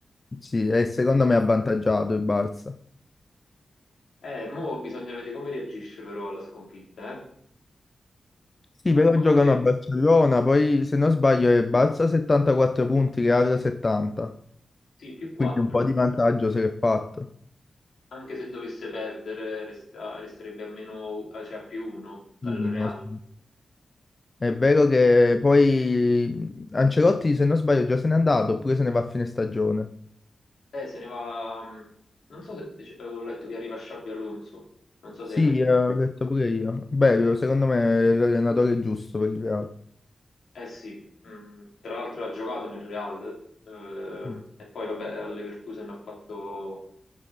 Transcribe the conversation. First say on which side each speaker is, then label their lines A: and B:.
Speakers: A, on the left; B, on the left.
A: Sì, e secondo me è avvantaggiato il Barça.
B: Eh, mo bisogna vedere come reagisce però alla sconfitta, eh?
A: Sì, però
B: Secondo
A: giocano
B: te?
A: a Barcellona, poi se non sbaglio è Barça 74 punti, Real 70,
B: Sì, più 4.
A: quindi un po' di vantaggio se l'è fatto.
B: Anche se dovesse perdere, resta- resterebbe a meno, eh, cioè a più 1 dal
A: Quindi,
B: Real.
A: no, sì. È vero che poi Ancelotti, se non sbaglio, già se n'è andato oppure se ne va a fine stagione.
B: Eh, se ne va. mh, Non so se c- ho letto che arriva Xabi Alonso. Non so se
A: Sì,
B: hai letto.
A: eh, ho detto pure io. Bello, secondo me è l'allenatore giusto per il Real.
B: Eh sì, mh, tra l'altro ha giocato nel Real. ehm,
A: Mm.
B: e poi, vabbè, al Leverkusen ha fatto.